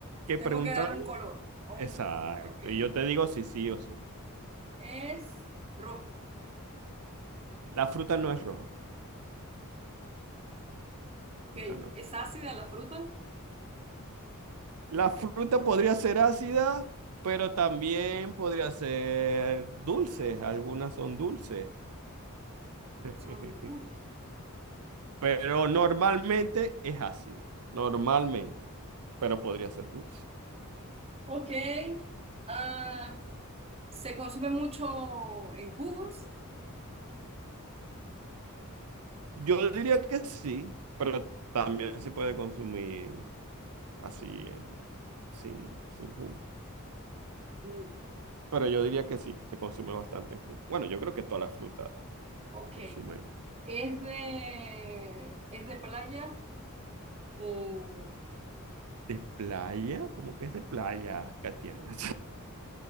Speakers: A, on the right; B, on the right.
A: que
B: tengo
A: preguntar.
B: que dar un color. Un...
A: Exacto,
B: Ok,
A: y yo te digo si sí o sí.
B: es rojo.
A: La fruta no es roja. fruta
B: Ok,
A: no es
B: ¿Es
A: roja.
B: ácida la fruta?
A: La fruta podría ser ácida, pero también podría ser dulce. Algunas son dulces, <laughs>
B: Son jugos.
A: pero normalmente es ácido. Normalmente, pero podría ser dulce.
B: Ok. ah, ¿se consume mucho en jugos?
A: Yo diría que sí, pero también se puede consumir así, en- sin, sin jugo.
B: Mm,
A: Pero yo diría que sí, que se consume bastante en jugo. Bueno, yo creo que todas las frutas
B: Ok.
A: se consumen.
B: ¿Es de, es de playa o
A: ¿De playa? ¿Cómo que es de playa, Katiana?